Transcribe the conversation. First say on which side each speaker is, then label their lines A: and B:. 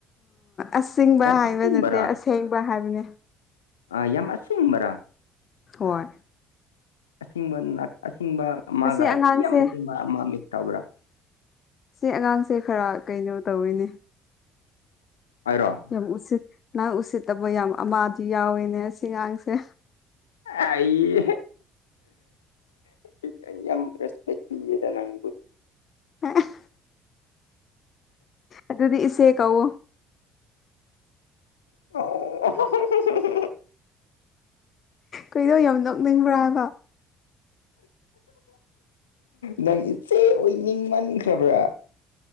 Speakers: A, on the left; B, on the left.
A: ꯑꯁꯤꯡꯕ ꯍꯥꯏꯕ
B: ꯑꯁꯦꯡꯕꯔꯥ
A: ꯅꯠꯇꯦ ꯑꯁꯦꯡꯕ ꯍꯥꯏꯕꯅꯦ
B: ꯑꯥ ꯌꯥꯝ ꯑꯁꯤꯡꯕ꯭ꯔꯥ
A: ꯍꯣꯏ
B: ꯑꯁꯤꯡꯕ ꯅꯠ ꯑꯁꯤꯡꯕ ꯑꯃꯥꯒ
A: ꯑꯁꯤ
B: ꯑꯁꯤꯌꯥꯝ
A: ꯑꯉꯥꯡꯁꯦ
B: ꯑꯁꯤꯡꯕ ꯑꯃ ꯃꯤꯛꯁ ꯇꯧꯕ꯭ꯔꯥ
A: ꯁꯤ ꯑꯉꯥꯡꯁꯦ ꯈꯔ ꯀꯩꯅꯣ ꯇꯧꯋꯤꯅꯦ
B: ꯑꯥꯏꯔꯣ
A: ꯌꯥꯝ ꯎꯁꯤꯠ ꯅꯪ ꯎꯁꯤꯠꯇꯕ ꯌꯥꯝ ꯑꯃꯥꯗꯤ ꯌꯥꯎꯋꯦꯅꯦ ꯑꯁꯤ ꯉꯥꯡꯁꯦ
B: ꯑꯥꯏꯌꯤ ꯎꯁꯤꯠ ꯌꯥꯝ ꯔꯦꯁꯄꯦꯛ ꯄꯤꯌꯦꯗ ꯅꯪ
A: <inaudible> ꯑꯗꯨꯗꯤ ꯏꯆꯦ ꯀꯧꯋꯣ
B: <inaudible>
A: ꯀꯩꯅꯣ ꯌꯥꯝ ꯅꯣꯛꯅꯤꯡꯕ꯭ꯔꯥꯕ
B: ꯅꯪ ꯏꯆꯦ ꯑꯣꯏꯅꯤꯡ ꯃꯥꯟꯈ꯭ꯔꯥꯕ꯭ꯔꯥ